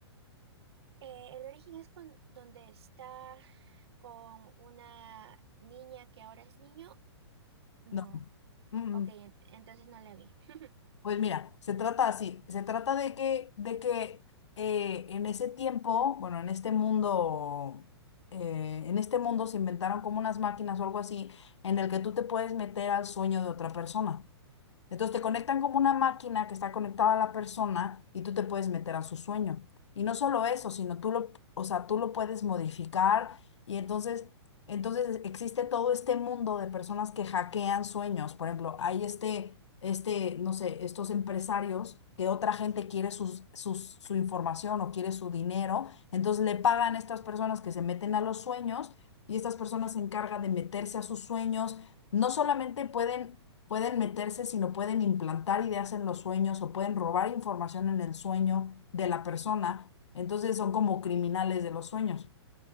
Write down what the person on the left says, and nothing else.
No. Mm, mm.
Pues mira, se trata así. Se trata de que, de que eh, en ese tiempo, bueno, en este mundo, eh, en este mundo se inventaron como unas máquinas o algo así, en el que tú te puedes meter al sueño de otra persona. Entonces te conectan como una máquina que está conectada a la persona y tú te puedes meter a su sueño. Y no solo eso, sino tú lo, o sea, tú lo puedes modificar y entonces, entonces existe todo este mundo de personas que hackean sueños. Por ejemplo, hay este, este, no sé, estos empresarios que otra gente quiere sus, sus, su información o quiere su dinero, entonces le pagan a estas personas que se meten a los sueños y estas personas se encargan de meterse a sus sueños. No solamente pueden pueden meterse, sino pueden implantar ideas en los sueños o pueden robar información en el sueño de la persona. Entonces son como criminales de los sueños.